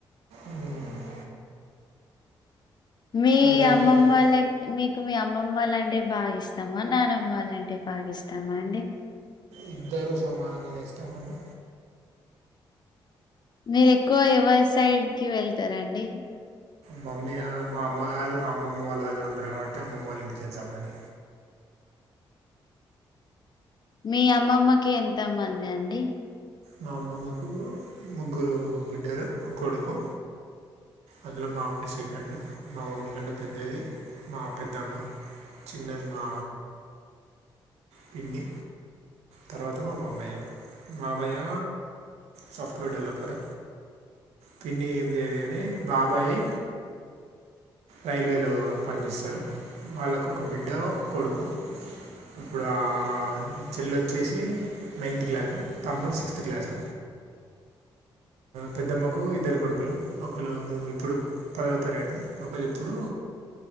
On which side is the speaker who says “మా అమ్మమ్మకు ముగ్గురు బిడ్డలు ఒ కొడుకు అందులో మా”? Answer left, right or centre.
Right